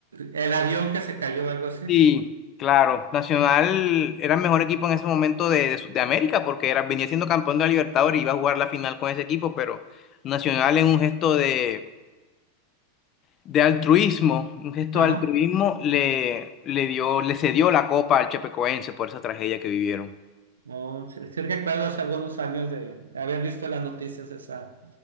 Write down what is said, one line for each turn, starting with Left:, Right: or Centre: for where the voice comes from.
Right: El avión que se cayó, algo así.
Left: Sí, claro. Nacional era el mejor equipo en ese momento de, de Sud- de América porque era, venía siendo campeón de la Libertadores y iba a jugar la final con ese equipo, pero Nacional en un gesto de, de altruismo, un gesto
Right: Ajá.
Left: de altruismo le, le dio, le cedió la copa al Chepecoense por esa tragedia que vivieron.
Right: no sí, sí recuerdo hace algunos años de, de haber visto en las noticias esa,